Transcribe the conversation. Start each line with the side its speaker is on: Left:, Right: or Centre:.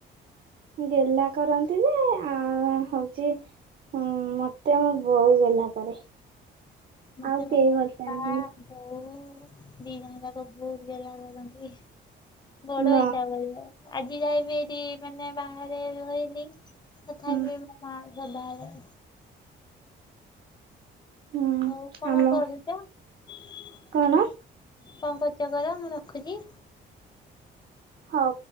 Right: ଗେହ୍ଲା କରନ୍ତି ଯେ ଆଁ ହଉଛି। ହୁଁ ମତେ ମୋ ବୋଉ ଗେହ୍ଲା କରେ।
Left: ମତେ
Right: ଆଉ
Left: ମୋ
Right: କେହି
Left: ବାପା
Right: ଭଲ ପାଆନ୍ତିନି।
Left: ବୋଉ ଦି ଜଣ ଯାକ ବହୁତ ଗେହ୍ଲା କରନ୍ତି। ବଡ
Right: ମ
Left: ହେଇ ସାଇଲେ ଆଜି ଯାଏବି ଏଇଠି ମାନେ ବାହାରେ ରହିଲି ତଥାପି
Right: ହୁଁ
Left: ମୋ ମା ସଦାବେଳେ
Right: ହୁଁ
Left: ହଉ କଣ
Right: ଆମ
Left: କରୁଚ? କଣ୍
Right: କଣ
Left: କରୁଚ କର ମୁଁ ରଖୁଚି।
Right: ହଉ।